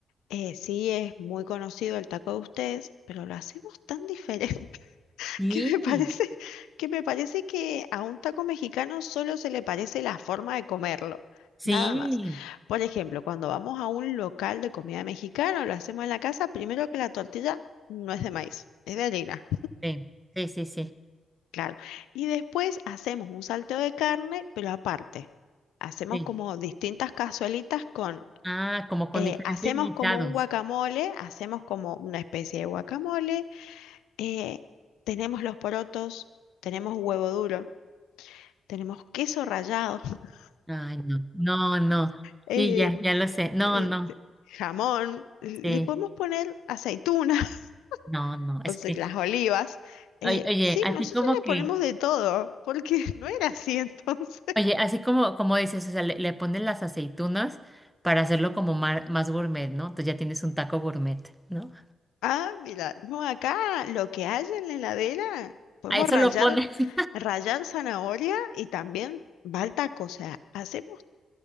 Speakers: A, on the left; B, in the centre.
A: eh, sí es muy conocido, el taco de ustedes, pero lo hacemos tan diferente <laughs>
B: Sí,
A: que me parece, que me parece que a un taco mexicano solo se le parece la forma de comerlo.
B: sí,
A: Nada más. Por ejemplo, cuando vamos a un local de comida mexicana, o lo hacemos en la casa, primero que la tortilla no es de maíz, es de harina.
B: sí, sí, sí, sí,
A: Claro. Y después hacemos un salteo de carne, pero aparte, hacemos
B: sí.
A: como distintas cazuelitas con,
B: Ah, como con
A: eh,
B: diferentes
A: hacemos
B: guisados.
A: como un guacamole, hacemos como una especie de guacamole, eh, tenemos los porotos, tenemos huevo duro, tenemos queso rallado, <laughs>
B: Ay, no, no, no.
A: eh,
B: Sí, ya, ya lo sé. No,
A: eh,
B: no,
A: jamón, le
B: sí,
A: podemos poner aceitunas,
B: no,
A: <laughs>
B: no. Es
A: o sea,
B: que
A: las olivas. Eh,
B: Oye, oye,
A: sí,
B: así
A: nosotros
B: como
A: le
B: que,
A: ponemos de todo, porque <laughs> no era así entonces.
B: oye, así como, como dices, o sea, le, le pones las aceitunas para hacerlo como mar- más gourmet, ¿no? Entonces ya tienes un taco gourmet, ¿no?
A: Ah, mira, no, acá lo que hay en la heladera, podemos
B: A eso
A: rallar,
B: lo pones. <laughs>
A: rallar zanahoria y también va al taco. o sea, hacemos,